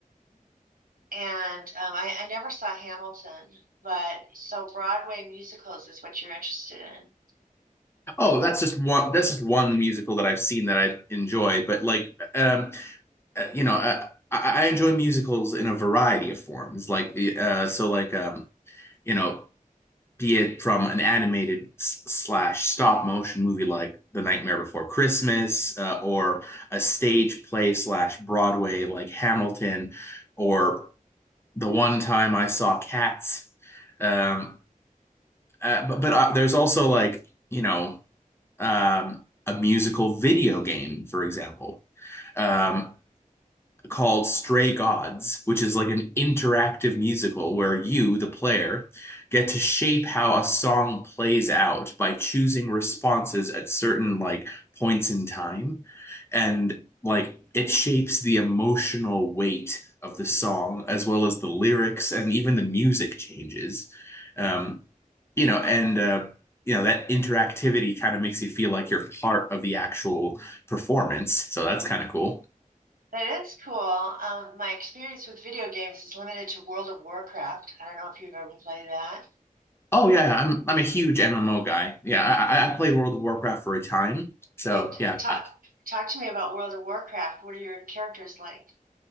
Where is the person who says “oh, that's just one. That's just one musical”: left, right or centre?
Left